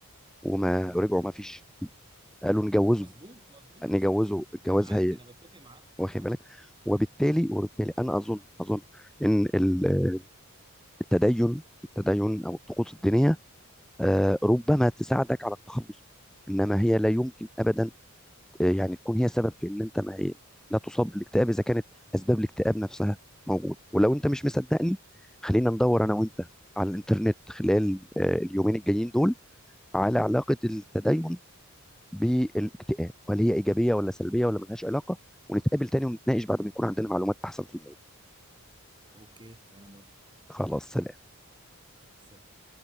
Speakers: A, in the centre; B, on the right.
A: وما
B: مم.
A: ورجعوا ما فيش قالوا نجوزهم
B: مظبوط مظبوط
A: نجوزه
B: مظبوط
A: الجواز
B: انا معاك
A: هي
B: انا بتفق معاك
A: واخد
B: اه
A: بالك وبالتالي وبالتالي انا اظن اظن ان ال- التدين التدين او الطقوس الدينيه آه، ربما تساعدك على التخلص منه. انما هي لا يمكن ابدا آه، يعني تكون هي سبب في ان انت ما لا تصاب بالاكتئاب اذا كانت اسباب الاكتئاب نفسها موجوده ولو انت
B: مم.
A: مش مصدقني خلينا ندور انا وانت على الانترنت خلال آه، اليومين الجايين دول على علاقه التدين بالاكتئاب وهل هي ايجابيه ولا سلبيه ولا ملهاش علاقه ونتقابل تاني ونتناقش بعد ما يكون عندنا معلومات احسن في الموضوع
B: اوكي وانا موافق
A: خلاص سلام
B: سلام